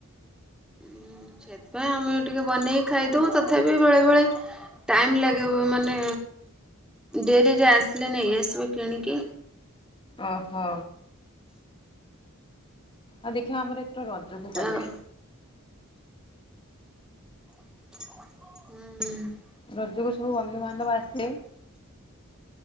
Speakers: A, in the centre; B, on the left.
A: ହଁ ସେଥିପାଇଁ ଆମେ ଟିକେ ବନେଇକି ଖାଇଦବୁ ତଥାପି ବେଳେ ବେଳେ ଟାଇମ୍ ଲାଗେ ମାନେ ଡେରିରେ ଆସିଲେ ନେଇ ଆସିବ କିଣିକି
B: ଓ ହୋ ଆଉ ଦେଖିବା ଆମର ରଜକୁ କରିଆ।
A: ଆଉ ହୁଁ।
B: ରଜକୁ ସବୁ ବନ୍ଧୁ ବାନ୍ଧବ ଆସେ